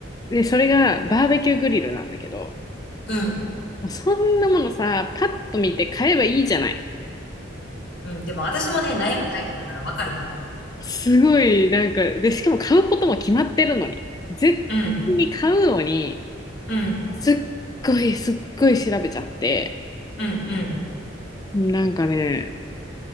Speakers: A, on the left; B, on the left.
A: う。で、それがバーベキューグリルなんだけど、
B: うん、
A: もうそんなものさ、パッと見て買えばいいじゃない。
B: うん、でも私もね、悩むタイプだからわかるよ。
A: すごい、なんか、で、しかも買うことも決まってるのに。絶対に買うのに、
B: うん、うん、
A: すっごい、すっごい調べちゃって、
B: うん、うん、
A: なんかね、